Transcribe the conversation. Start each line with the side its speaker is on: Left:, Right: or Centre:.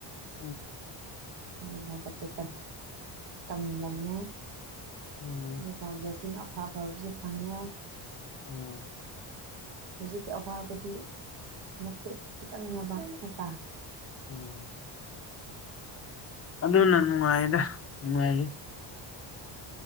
Left: ꯎꯝ
Right: ꯂꯥꯏꯕꯛꯇ ꯇꯝꯂꯝꯃꯦ
Left: ꯎꯝ
Right: ꯑꯗꯨꯒ ꯕ꯭ꯂꯦꯁꯤꯡ ꯑꯐ ꯑꯐꯕꯁꯨ ꯐꯪꯉꯦ
Left: ꯎꯝ
Right: ꯍꯧꯖꯤꯛꯀꯤ ꯑꯋꯥꯕꯗꯤ ꯃꯇꯦꯛ ꯈꯤꯇꯪꯅꯦꯕ ꯅꯠꯇ꯭ꯔꯥ
Left: ꯎꯝ ꯑꯗꯨꯅ ꯅꯨꯡꯉꯥꯏꯗ ꯅꯨꯡꯉꯥꯏꯔꯤ